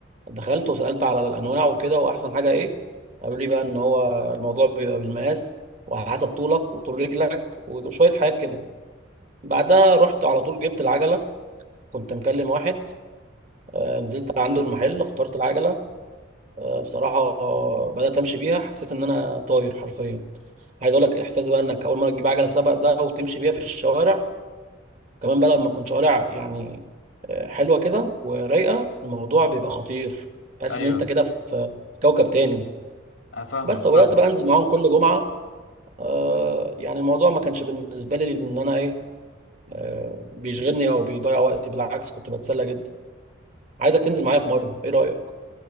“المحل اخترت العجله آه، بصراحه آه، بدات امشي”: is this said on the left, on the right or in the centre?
Right